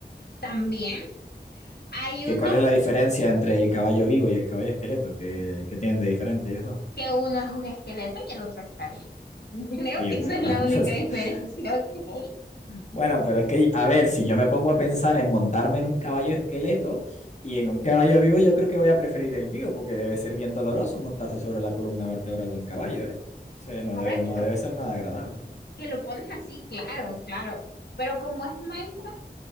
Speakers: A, on the left (about 70°); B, on the left (about 40°).
A: También hay
B: ¿Que
A: uno
B: cuál es la diferencia entre el caballo vivo y el caballo esqueleto? ¿Qué, qué tienen de diferente ellos dos?
A: que uno es un esqueleto y el otro está vivo. <laughs> Creo
B: Oye,
A: que
B: pero
A: esa es la única
B: <laughs>
A: diferencia, ¿ok?
B: Bueno, pero es que, a ver, si yo me pongo a pensar en montarme en un caballo esqueleto y en un caballo vivo, yo creo que voy a preferir el vivo, porque debe ser bien doloroso montarse sobre la columna vertebral de un caballo, ¿eh? O sea, no
A: Ahora
B: debe,
A: que
B: no debe ser nada agradable.
A: que lo pones así, claro, claro. Pero como es Minecraft,